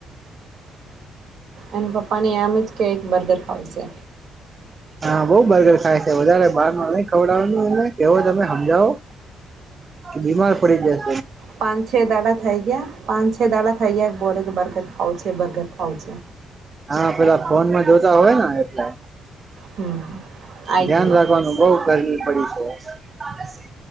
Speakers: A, on the right; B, on the right.
A: એ પપ્પાને આમ જ કે એક બર્ગર ખાવ છે
B: હા બહું બર્ગર ખાય છે વધારે બહારનું નહી ખવડાવવાનું એમને કેવો તમે સમજાવો બીમાર પડી જાય છે
A: પાંચ છે દાડા થઈ ગયા પાંચ છ દાડા થઈ ગયા બોલે બર્ગર બર્ગર ખાવું છે બર્ગર ખાવું છે
B: હા પેલા ફોનમાં જોતા હોય ને એટલે
A: હમ આઈ
B: ધ્યાન
A: ગયો
B: રાખવાનું બહું ગરમી પડી છે